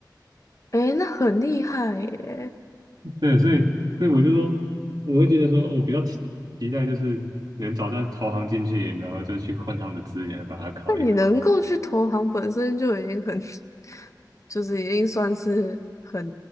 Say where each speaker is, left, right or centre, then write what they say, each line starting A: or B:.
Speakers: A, on the left; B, on the right.
A: 诶，那很厉害耶！
B: 对，所以所以我就说，我会觉得说，我比较期期待就是能找到投行进去，然后就去混他们的资源，把它考一考。
A: 那你能够去投行，本身就已经很，<laughs> 就是已经算是很